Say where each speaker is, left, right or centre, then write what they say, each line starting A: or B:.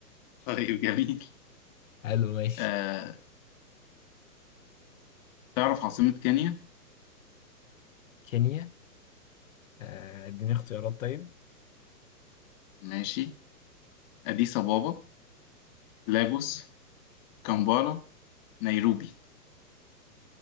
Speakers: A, on the left (about 30°); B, on the left (about 55°).
A: <laughs> طيب جميل
B: حلو ماشي
A: آه تعرف عاصمة كينيا
B: كينيا آه، اديني اختيارات طيب
A: ماشي أديس أبابا لاجوس كامبالا نيروبي